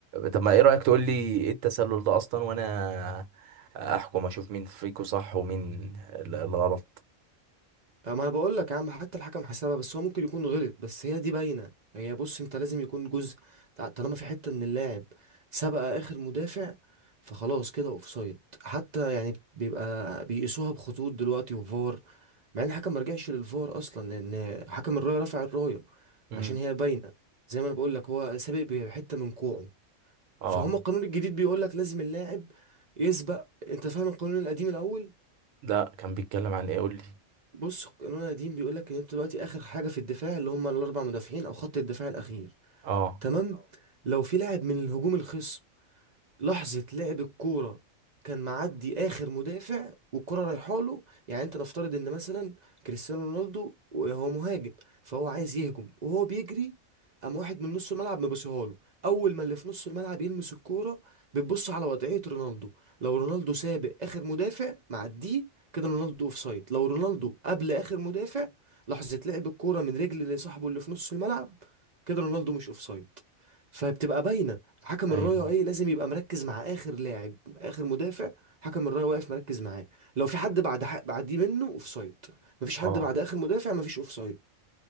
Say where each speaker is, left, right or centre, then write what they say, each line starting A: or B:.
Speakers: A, on the right (about 75°); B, on the right (about 45°).
A: طب ما ايه رايك تقول لي ايه التسلل ده اصلا وانا احكم اشوف مين فيكم صح ومين ال- الغلط
B: آه، ما انا بقول لك يا عم حتى الحكم حسبها بس هو ممكن يكون غلط بس هي دي باينه هي بص انت لازم يكون جزء تع- طالما في حته من اللاعب سبق اخر مدافع فخلاص كده اوفسايد حتى يعني بيبقى بيقيسوها بخطوط دلوقتي وفار مع ان الحكم ما رجعش للفار اصلا لان حكم الرايه رفع الرايه
A: امم
B: عشان هي باينه زي ما انا بقول لك هو سابق بحته من كوعه
A: اه
B: فهم القانون الجديد بيقول لك لازم اللاعب يسبق انت فاهم القانون القديم الاول
A: لا كان بيتكلم عن ايه قول لي
B: بص قانون قديم بيقول لك ان انت دلوقتي اخر حاجه في الدفاع اللي هم الاربع مدافعين او خط الدفاع الاخير
A: اه
B: تمام لو في لاعب من الهجوم الخصم لحظة لعب الكورة كان معدي آخر مدافع والكرة رايحة له يعني أنت نفترض إن مثلا كريستيانو رونالدو هو مهاجم فهو عايز يهجم وهو بيجري قام واحد من نص الملعب مبصيها له أول ما اللي في نص الملعب يلمس الكورة بتبص على وضعية رونالدو لو رونالدو سابق آخر مدافع معديه كده رونالدو أوفسايد لو رونالدو قبل آخر مدافع لحظة لعب الكورة من رجل صاحبه اللي في نص الملعب كده رونالدو مش أوفسايد فبتبقى باينة حكم
A: ايوه
B: الرايه ايه لازم يبقى مركز مع اخر لاعب اخر مدافع حكم الرايه واقف مركز معاه لو في حد بعد حق بعديه منه اوفسايد مفيش حد
A: اه
B: بعد اخر مدافع مفيش اوفسايد